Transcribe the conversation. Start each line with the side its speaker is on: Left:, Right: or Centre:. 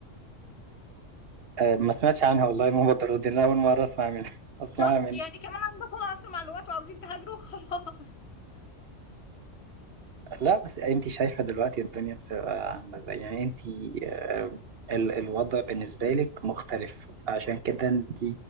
Right: آه ما سمعتش عنها والله المبادرات دي انا اول مره اسمع منها اسمعها
Left: شفت يعني كمان عندكم عصر معلومات وعاوزين تهاجروا <laughs> خلاص
Right: لا بس انت شايفه دلوقتي الدنيا بتبقى عامله ازاي يعني انت آه، ال- الوضع بالنسبه لك مختلف عشان كده انت